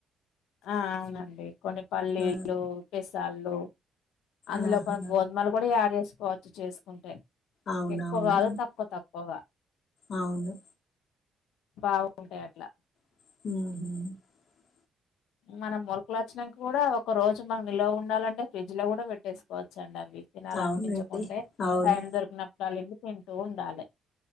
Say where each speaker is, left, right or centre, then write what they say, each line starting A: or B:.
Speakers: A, on the left; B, on the left.
A: ఆ అవునండి కొన్ని పల్లీలు
B: ఆ,
A: పెసళ్ళు అందులో
B: ఆహా
A: కొన్ని గోధుమలు కూడా యాడ్ చేసుకోవచ్చు చేసుకుంటే
B: అవునవునండి
A: ఎక్కువ కాదు తక్కువ తక్కువగా
B: అవును
A: బాగుంటయి అట్లా
B: హ
A: మనం మొలకల వచ్చనంక కూడా ఒక రోజు మన నిల్వ ఉండాలంటే ఫ్రిడ్జ్ లో కూడా పెట్టేసుకోవచ్చ అంటవి తినాల
B: అవునండి
A: అనిపించకుంటే
B: అవును
A: టైం దొరికినప్పుడు అళ్ళ ఇ తింటూ ఉండాలి